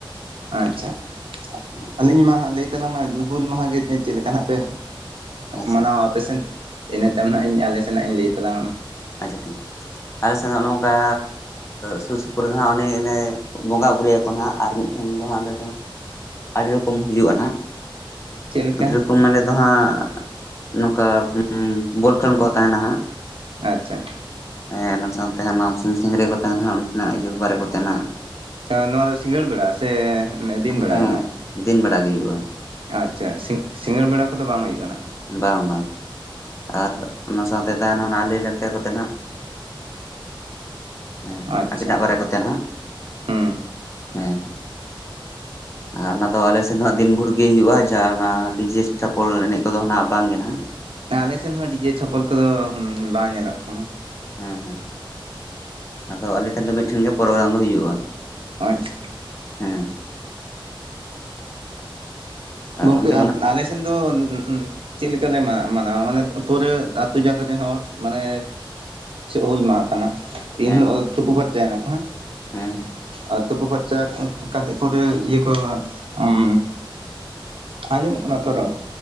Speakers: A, on the right; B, on the left.
A: ᱟᱪᱪᱷᱟ
B: ᱦᱮᱸ
A: ᱟᱹᱞᱤᱧ ᱢᱟ ᱞᱟᱹᱭ ᱛᱟᱞᱟᱝᱢᱟ ᱦᱩᱞ ᱢᱟᱦᱟᱮ ᱪᱮᱫ ᱞᱮᱠᱟ ᱦᱱᱟᱜ ᱯᱮ
B: ᱟᱪᱪᱷᱟ
A: ᱢᱟᱱᱟᱣᱟ ᱟᱯᱮᱥᱮᱱ ᱤᱱᱟᱹ ᱛᱟᱭᱚᱢ ᱦᱟᱸᱜ ᱤᱧ ᱟᱞᱮ ᱥᱮᱱ ᱦᱟᱸᱜ ᱤᱧ ᱞᱟᱹᱭ ᱛᱟᱞᱟᱝ ᱟᱢᱟ
B: ᱟᱪᱷᱟ ᱴᱷᱤᱠ ᱟᱞᱮᱥᱮᱫ ᱚᱱᱮ ᱱᱚᱝᱠᱟ ᱥᱩᱨ ᱥᱩᱯᱩᱨ ᱨᱮᱦᱟᱜ ᱚᱱᱮ ᱚᱱᱮ ᱵᱚᱸᱜᱟ ᱵᱳᱩᱨᱩᱭᱟᱠᱚ ᱦᱟᱜ ᱟᱨ ᱢᱤᱫᱴ ᱴᱷᱮᱱ ᱫᱚ ᱦᱜ ᱚᱸᱰᱮ ᱫᱚ ᱟᱹᱰᱤ ᱨᱚᱠᱚᱢ ᱦᱩᱭᱩᱜᱼᱟ,
A: ᱪᱮᱫ ᱞᱮᱠᱟ
B: ᱟᱹᱰᱤ ᱨᱚᱠᱚᱢ ᱢᱟᱱᱮ ᱡᱟᱦᱟᱸᱜ ᱱᱚᱝᱠᱟ ᱵᱚᱞ ᱠᱷᱮᱞᱳᱰ ᱠᱚ ᱛᱟᱦᱮᱱᱟ ᱦᱟᱸᱜ᱾
A: ᱟᱪᱪᱷᱟ
B: ᱦᱮᱸ ᱚᱱᱟ ᱥᱟᱶᱛᱮ ᱱᱟᱣᱟ ᱥᱤᱝ ᱥᱤᱝ ᱨᱮ ᱠᱚ ᱛᱟᱦᱮᱱᱟ ᱩᱱᱠᱱᱟᱜ ᱤᱭᱟᱹ ᱵᱟᱨᱮ ᱠᱚᱛᱮᱱᱟᱜ,
A: ᱱᱚᱣᱟ ᱫᱚ ᱥᱤᱸᱜᱟᱹᱲ ᱵᱮᱲᱟ ᱥᱮ? ᱫᱤᱱ ᱵᱮᱲᱟ
B: ᱦᱮᱸ
A: ᱜᱮ ᱱᱟᱜ?
B: ᱫᱤᱱ ᱵᱮᱲᱟ ᱜᱮ ᱦᱩᱭᱩᱜᱼᱟ᱾
A: ᱟᱪᱪᱷᱟ ᱥᱤᱸᱜᱟᱹᱲ ᱵᱮᱲᱟ ᱠᱚᱫᱚ ᱵᱟᱝ ᱦᱩᱭᱩᱜᱼᱟ ᱦᱟᱸᱜ?
B: <unintelligible> ᱟᱨ ᱚᱱᱟ ᱥᱟᱶᱛᱮ ᱛᱟᱦᱮᱱᱟ ᱞᱟᱹᱭᱼᱞᱟᱠᱪᱟᱨ ᱠᱚᱛᱮ ᱱᱟᱜ᱾ ᱦᱮᱸ
A: ᱟᱪᱪᱷᱟ
B: ᱟᱵᱤᱱᱟᱜ ᱵᱟᱨᱮ ᱠᱚᱛᱮ ᱱᱟᱦᱟᱜ
A: ᱦᱩᱸ
B: ᱦᱮᱸ, ᱟᱨ ᱚᱱᱟ ᱫᱚ ᱟᱞᱮ ᱥᱮᱱ ᱫᱚ ᱫᱤᱱ ᱵᱷᱳᱨ ᱜᱮ ᱦᱩᱭᱩᱜᱼᱟ ᱦᱩᱲᱩ ᱚᱱᱟ ᱰᱤᱡᱮ ᱪᱷᱟᱯᱚᱞ ᱮᱱᱮᱡ ᱠᱚᱫᱚ ᱦᱟᱱᱟᱜ ᱵᱟᱝ ᱜᱮ ᱱᱟᱜ,
A: ᱟᱞᱮ ᱥᱮᱱ ᱦᱚᱸ ᱰᱤᱡᱮ ᱪᱷᱟᱯᱚᱞ ᱠᱚᱫᱚ ᱵᱟᱝ ᱧᱮᱞᱚᱜ ᱠᱟᱱᱟ᱾
B: ᱦᱮᱸ ᱦᱮᱸ ᱟᱫᱚ ᱟᱞᱮ ᱴᱷᱮᱱ ᱫᱚ ᱢᱤᱫᱴᱷᱮᱱ ᱜᱮ ᱯᱨᱳᱜᱨᱟᱢ ᱫᱚ ᱦᱩᱭᱩᱜᱼᱟ᱾
A: ᱟᱪᱪᱷᱟ
B: ᱦᱩᱸ ᱟᱨ
A: ᱜᱚᱢᱠᱮ
B: ᱚᱱᱛᱮ ᱫᱚ ᱱᱟᱦᱟᱜ
A: ᱟᱞᱮ ᱥᱮᱱ ᱫᱚ ᱪᱮᱫ ᱞᱮᱠᱟᱞᱮ ᱢᱟᱱᱟᱣᱟ ᱢᱟᱱᱮ ᱯᱩᱨᱟᱹ ᱟᱹᱛᱩ ᱡᱟᱠᱟ ᱨᱮᱱ ᱦᱚᱲ ᱢᱟᱱᱮ ᱦᱩᱞ ᱢᱟᱦᱟ ᱠᱟᱱᱟ᱾ ᱛᱤᱦᱤᱧ
B: ᱦᱮᱸ ᱦᱮᱸ
A: ᱛᱩᱯᱩ ᱯᱷᱟᱨᱪᱟᱭᱱᱟ, ᱠᱚ ᱦᱮᱸ
B: ᱦᱮᱸ
A: ᱟᱨ ᱛᱩᱯᱩ ᱯᱷᱟᱨᱪᱟ ᱠᱟᱛᱮ ᱯᱩᱨᱟᱹ ᱤᱭᱟᱹ ᱠᱚ ᱩᱸᱻ ᱟᱡᱚᱢᱚᱜ ᱠᱟᱱᱟ ᱛᱚ ᱨᱚᱲ᱾